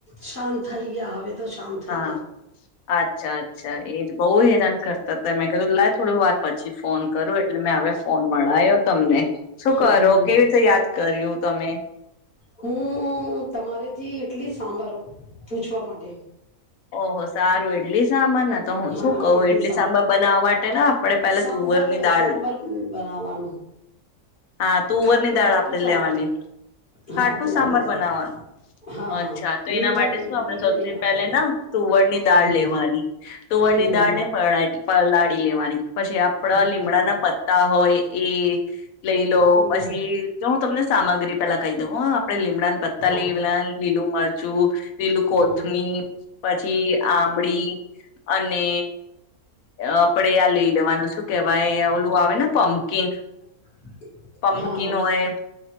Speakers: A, on the left; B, on the left.
A: શાંત થઈ ગયા હવે તો શાંત થઈ
B: હા
A: ગયા.
B: અચ્છા અચ્છા એજ બહુ હેરાન કરતા તા એમ ઘ લા થોડીવાર પછી ફોન એટલે મેં હવે ફોન મળાયો તમને. શું
A: હમ
B: કરો? કેવી રીતે યાદ કર્યું? તમે
A: હું તમારે થી એટલી સાંભારો પૂછવા માટે
B: ઓહહો સારું એડલી સામાન ના તો, હું
A: હા
B: શું કહું?
A: એટલી
B: ઇડલી સાંભર બનાવવા માટે આપણેે પહેલાં
A: સાંભર
B: તુવર ની દાળ.
A: સાંભર બનાવાનું.
B: હા, તુવર
A: ખાટું
B: ની દાળ
A: ખાટું
B: આપણેે
A: સાંભર
B: લેવાની. ખાટું
A: હા તુંર
B: સાંબર
A: ની દાળ
B: બનાવવાનું.
A: હા
B: અચ્છા!
A: હા
B: તો એના
A: મીઠા
B: માટે
A: નહી
B: શું આપણે
A: મીઠું
B: સૌથી
A: નહી નાખવાનું
B: પહેલા ના તુવર ની દાળ
A: હમ
B: લેવાની. <unintelligible>
A: હમ
B: <unintelligible> પછી આપણા
A: હમ
B: લીમડા ના પત્તા. <inaudible> લઈ લો.
A: હમ
B: પછી જો હું તમને. સામગ્રી પહેલાં કહી દેવું. આપણે લીમડાને પત્તા
A: હા
B: લઈલા, લીલું મરચું, લીલું
A: હમ
B: કોથમી, પછી આંબડી. અને. આપણે આ લઈ લેવાનું શું. કેવાય, ઓલું આવે ને પમ્પકીન
A: <inaudible>
B: પમ્પકીન
A: હા હા
B: હોય